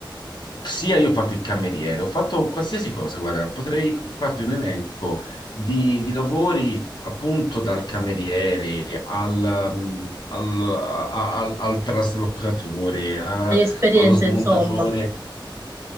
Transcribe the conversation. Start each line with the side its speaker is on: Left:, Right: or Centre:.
Left: sia io ho fatto il cameriere, ho fatto qualsiasi cosa, guarda, potrei farti un elenco di, di lavori appunto dal cameriere al, mm, al, a- a- al- al traslocatore, a-
Right: Hai esperienze,
Left: allo smontatore.
Right: insomma.